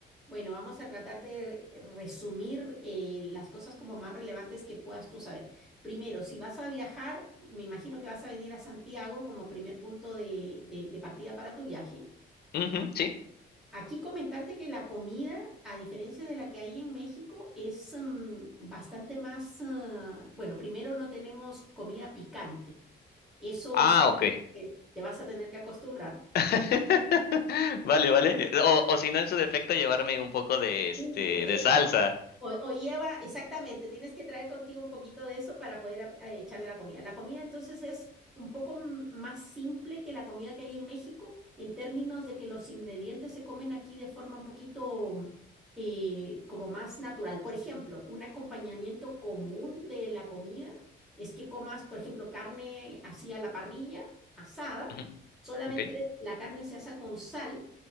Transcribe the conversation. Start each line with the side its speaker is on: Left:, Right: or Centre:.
Centre: Bueno, vamos a tratar de re- resumir eh, las cosas como más relevantes que puedas tú saber. Primero, si vas a viajar, me imagino que vas a venir a Santiago como primer punto de, de- de partida para tu viaje.
Left: Ujú, ¿sí?
Centre: Aquí comentarte que la comida, a diferencia de la que hay en México, es mm, bastante más, ah, bueno, primero no tenemos comida picante. Eso
Left: Ah,
Centre: es,
Left: ok.
Centre: eh, te vas a tener que acostumbrar.
Left: <laughs> Vale, vale. O, o si no, en su defecto, llevarme un poco de este
Centre: Uy, que Eso.
Left: de salsa.
Centre: O, o lleva, exactamente, tienes que traer contigo un poquito de eso para poder ap- a- echarle a la comida. La comida entonces es un poco m- más simple que la comida que hay en México en términos de que los ingredientes se comen aquí de forma un poquito eh, como más natural. Por ejemplo, un acompañamiento común de la comida es que comas, por ejemplo, carne así a la parrilla, asada,
Left: Ujú,
Centre: solamente
Left: ok.
Centre: la carne se asa con sal